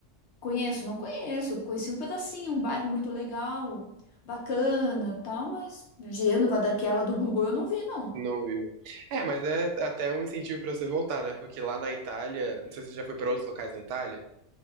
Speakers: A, on the left; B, on the right.
A: conheço, não conheço, conheci um pedacinho, um bairro muito legal, bacana, tal, mas Gênova daquela do Google eu não vi, não.
B: não viu. É, mas é até um incentivo pra você voltar, né? Porque lá na Itália, não sei se você já foi pra outros locais na Itália,